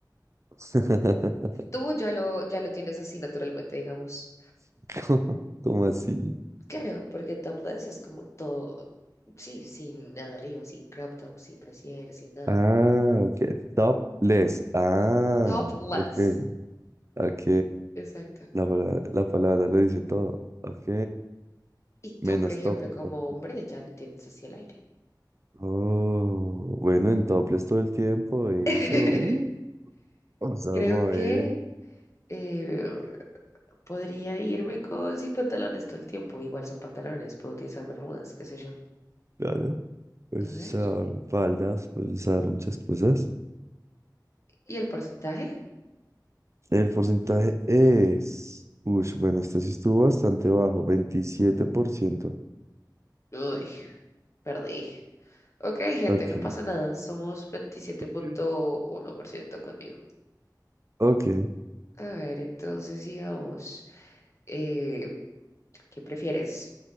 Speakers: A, on the right; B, on the left.
A: <laughs>
B: tú ya lo, ya lo tienes así naturalmente, digamos.
A: ¿Cómo, cómo así?
B: Claro, porque topless es como todo, sí, sin nada arriba, sin crop top, sin brasier, sin nada.
A: Ah, ok. Topless. Ah,
B: Topless,
A: ok. Ok.
B: exacto.
A: La palabra, la palabra lo dice todo. Ok.
B: Y tú,
A: Menos
B: por ejemplo,
A: top.
B: como
A: ok.
B: hombre, ya lo tienes así al aire.
A: Oh, bueno, en topless todo el tiempo. Eso.
B: <laughs>
A: Uh, vamos a
B: Creo
A: mover.
B: que eh, podría irme con sin pantalones todo el tiempo. Igual son pantalones, puedo utilizar bermudas, qué sé yo.
A: Claro. Puedes
B: A ver.
A: usar faldas, puedes usar muchas cosas.
B: ¿Y el porcentaje?
A: El porcentaje es. Uy, bueno, este sí estuvo bastante bajo, 27%.
B: Uy, perdí. Ok, gente,
A: Ok.
B: no pasa nada. Somos 27.1%
A: Ok.
B: conmigo.
A: Ok.
B: A ver, entonces sigamos. Eh, ¿qué prefieres?